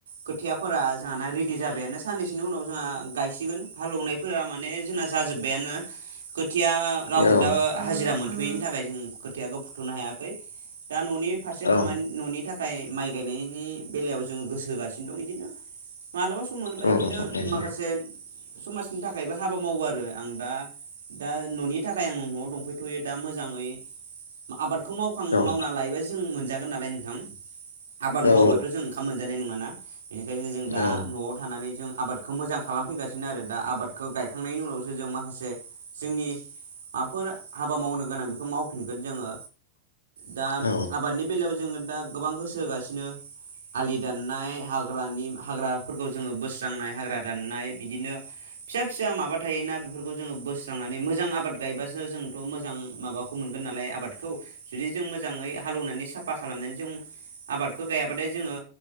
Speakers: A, on the right; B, on the left.
A: खोथियाफोरा जोंहाना रेडि जाबायानो साननैसोनि उनाव जोंहा गायसिगोन हालौएवनायफोरा माने जोंना जाजोबबायानो खोथिया रावबो
B: औ
A: दा हाजिरा मोन बेनि थाखाय जों खोथियाखौ फुथ'नो हायाखै दा न'नि फारसे
B: औ
A: खामानि न'नि था फ्राय माइ गायनायनि बेलायाव जोंङो गोसो होगासिनो दं इदिनो मालाबा सम मोनोबा
B: उम
A: इदिनो
B: उम
A: माखासे समाजनि थाखायबो हाबा मावो आरो आं दा दा न'नि थाखाय आं न'आव दंफैथ'यो दा मोजाङै आबाद खौ मावखां
B: उम
A: मावना लायोबा जों मोन जागोन नालाय नोंथां आबाद
B: औ
A: मावाबाथ' जों ओंखाम मोनजानाय नङाना बेनिखायनो जों दा
B: औ
A: न'आव थानानै जों आबादखौ मोजां खालामफैगासिनो आरो दा आबादखौ गायखांनायनि उनावसो जों मा माखासे जोंनि <unintelligible> हाबा मावनो गोनां बेखौ मावफिनगोन जोङो दा
B: औ
A: आबादनि बेलायाव जोङो दा गोबां गोसो होगासिनो आलि दाननाय हाग्रानि हाग्राफोरखौ जोङो बोस्रांनाय हाग्रा दाननाय बिदिनो फिसा फिसा माबा थायोना बेफोरखौ जोङो बोस्रांनानै मोजां आबाद गायबासो जों मोजां माबाखौ मोनगोन नालाय आबादखौ जुदि जों मोजाङै हालेवनानै साफा खालामनानै जों आबादखो गायाबाथाय जोङो